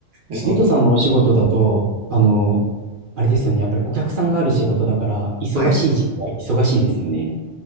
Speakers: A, on the right (about 80°); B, on the right (about 55°).
A: で、その、
B: ゆとさんのお仕事だと、あの、あれですよね。やっぱりお客さんがある仕事だから、忙しい時期は忙しいですよね。
A: はい。